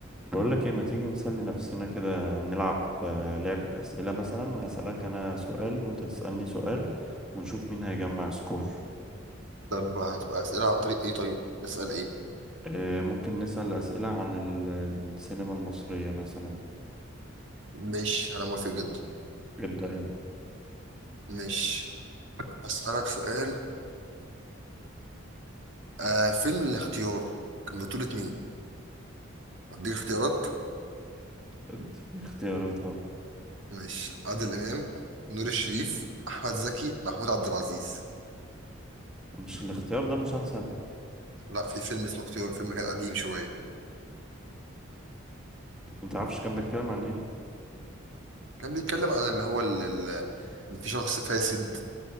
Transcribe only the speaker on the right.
طب هتبقى أسئلة عن طريق إيه طيب؟ نسأل إيه؟
ماشي أنا موافق جدا
ماشي هسألك سؤال آه فيلم الاختيار كان بطولة مين؟ هديك اختيارات
ماشي عادل إمام نور الشريف أحمد زكي محمود عبد العزيز
لا في فيلم اسمه اختيار فيلم كان قديم شوية
كان بيتكلم عن اللي هو ال- ال- إن في شخص فاسد